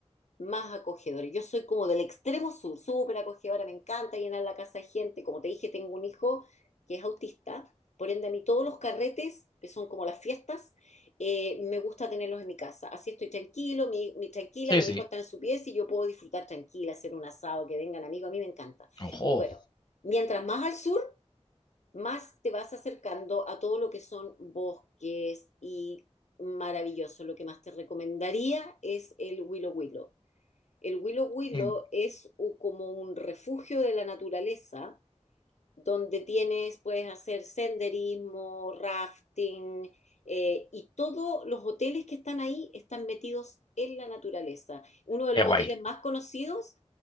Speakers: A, on the left; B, on the left.
A: más acogedor. Yo soy como del extremo sur, súper acogedora, me encanta llenar la casa de gente. Como te dije, tengo un hijo que es autista, por ende a mí todos los carretes, que son como las fiestas, eh, me gusta tenerlos en mi casa. Así estoy tranquilo, mi, mi- tranquila,
B: sí,
A: mi
B: sí.
A: hijo está en su pieza y yo puedo disfrutar tranquila, hacer un asado, que vengan amigos, a mí me encanta.
B: Ojo,
A: Bueno, mientras más al sur más te vas acercando a todo lo que son bosques y maravilloso. Lo que más te recomendaría es el Willow Willow. El Willow Willow
B: Mm,
A: es u- como un refugio de la naturaleza donde tienes, puedes hacer senderismo, rafting, eh, y todos los hoteles que están ahí están metidos en la naturaleza. Uno de
B: qué
A: los
B: guay.
A: hoteles más conocidos